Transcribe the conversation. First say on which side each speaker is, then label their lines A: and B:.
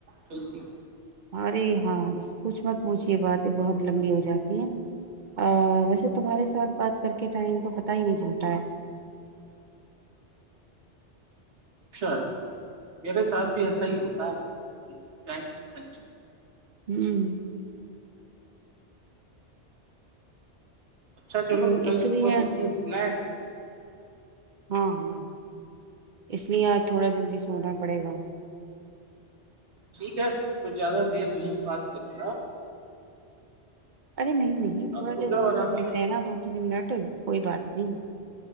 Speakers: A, on the right; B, on the right.
A: چلتی
B: ارے ہاں اس کچھ مت پوچھیے باتیں بہت لمبی ہو جاتی ہیں ا ویسے تمہارے ساتھ بات کر کے ٹائم کا پتا ہی نہیں چلتا ہے
A: ر میرے ساتھ بھی ایسا ہی ہوتا ہے مجھے ٹم پتن
B: ہوں
A: اچھا چلو
B: ہم،
A: کل
B: اس
A: صبح
B: لیے
A: جلدی اٹھنا ہے
B: ہاں ہاں اس لیے آج تھوڑا جلدی سونا پڑے گا
A: ٹھیک ہے تو زیادہ دیر نہیں بات کر رہا
B: ارے نہیں نہیں تھوڑا
A: آپ سو
B: دیر
A: جاؤ
B: اور
A: آرام
B: کر لیتے
A: سے
B: ہیں نا دو تین منٹ کوئی بات نہیں